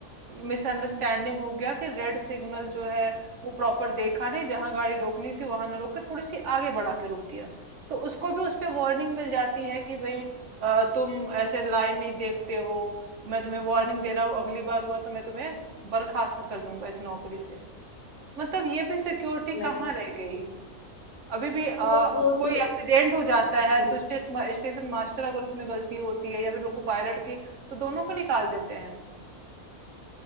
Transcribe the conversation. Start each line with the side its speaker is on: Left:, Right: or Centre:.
Right: मिसअंडरस्टैंडिंग हो गया कि रेड सिग्नल जो है वो प्रॉपर देखा नहीं जहां गाड़ी रोकनी थी वहां ना रोक के थोड़ी सी आगे बढ़ा के रोक दिया तो उसको भी उस पे वार्निंग मिल जाती है कि भाई अ, तुम ऐसे लाइन नहीं देखते हो मैं तुम्हें वार्निंग दे रहा हूँ अगली बार हुआ तो मैं तुम्हें बर्खास्त कर दूंगा इस नौकरी से मतलब ये भी सिक्योरिटी
Left: नहीं
Right: कहाँ रह गई अभी भी अ,
Left: तो वो
Right: अब कोई
Left: तो
Right: एक्सीडेंट हो जाता है
Left: हम्म,
Right: तो स्टेशन स्टेशन मास्टर अगर उसमें गलती होती है या फिर लोको पायलट की तो दोनों को निकाल देते हैं